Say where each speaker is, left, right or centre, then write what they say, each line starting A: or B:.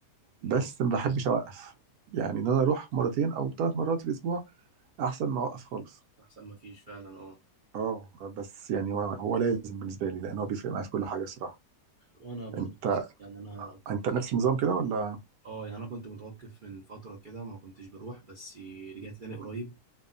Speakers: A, on the right (about 85°); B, on the right (about 70°).
A: مم.
B: بس ما بحبش اوقف يعني ان انا اروح مرتين او ثلاث مرات في الاسبوع احسن ما اوقف خالص
A: احسن ما فيش فعلا اه
B: اه بس يعني هو هو لازم بالنسبه لي لان هو بيفرق معايا في كل حاجه الصراحه
A: وانا برضو
B: انت
A: بالظبط يعني انا
B: انت نفس النظام كده ولا
A: اه يعني انا كنت متوقف من فتره كده ما كنتش بروح بس رجعت تاني قريب